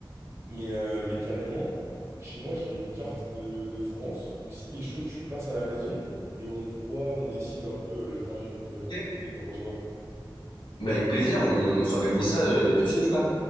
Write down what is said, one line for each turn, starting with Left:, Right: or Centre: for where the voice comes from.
Right: Mais, euh, mais carrément, chez moi j'ai une carte de, de France, donc si t'es chaud, tu passes à la maison, et on voit, on dessine un peu euh, le trajet qu'on pourrait faire
Left: Ok.
Right: cet été, t'en penses quoi?
Left: Bah, avec plaisir, on, on s'organise ça euh, tout de suite, là.